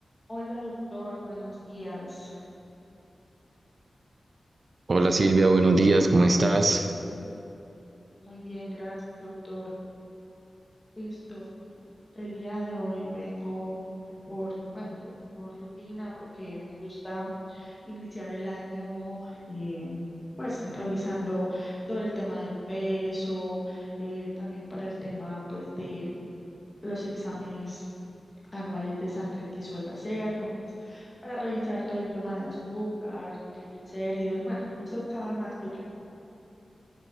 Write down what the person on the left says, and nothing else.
Hola doctor, buenos días.
Muy bien, gracias doctor. Listo. El día de hoy vengo por, bueno, por rutina porque me gusta iniciar el año eh, pues revisando todo el tema del peso, eh, también para el tema pues de mm, los exámenes anuales de sangre que suelo hacerme, pues para revisar todo el tema de azúcar, triglicéridos, bueno, usted sabe más que yo.